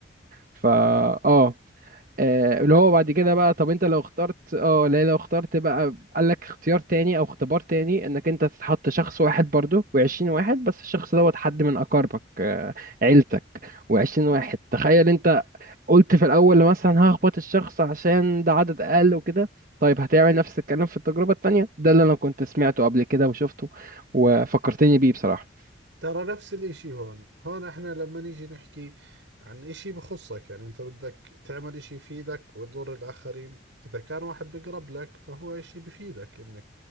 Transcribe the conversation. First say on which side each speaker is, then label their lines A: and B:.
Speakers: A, on the right; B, on the right.
A: ف آه آه، اللي هو بعد كده بقى طب انت لو اخترت اه لا لو اخترت بقى قال لك اختيار تاني او اختبار تاني انك انت تحط شخص واحد برضو وعشرين واحد بس الشخص دوت حد من اقاربك آه، عيلتك وعشرين واحد تخيل انت قلت في الأول مثلا هخبط الشخص عشان ده عدد أقل وكده طيب هتعمل نفس الكلام في التجربة التانية ده اللي أنا كنت سمعته قبل كده وشفته وفكرتني بيه بصراحة
B: ترى نفس الاشي هون هون احنا لما نيجي نحكي عن اشي بخصك يعني انت بدك تعمل اشي يفيدك ويضر الاخرين اذا كان واحد بقرب لك فهو اشي بفيدك انك